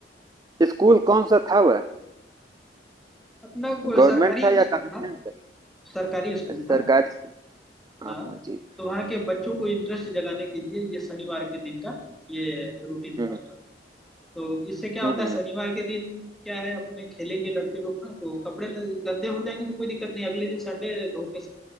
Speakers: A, on the right; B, in the centre.
A: स्कूल कौन सा था वह
B: अपना कोई
A: गवर्नमेंट
B: सरकारी
A: था या
B: स्कूल
A: कॉन्वेंट
B: था
A: था
B: सरकारी स्कूल
A: अच्छा
B: था
A: सरकारी स्कूल हाँ
B: हाँ
A: हाँ जी
B: तो वहाँ के बच्चों को इंटरेस्ट जगाने के लिए ये शनिवार के दिन का ये रूटीन
A: हम्म
B: था अपना तो इससे क्या
A: हम्म
B: होता
A: हम्म,
B: है शनिवार के दिन क्या है अपने खेलेंगे लड़के लोग ना तो कपड़े ल- गंदे हो जाएंगे तो कोई दिक्कत नहीं अगले दिन संडे धो के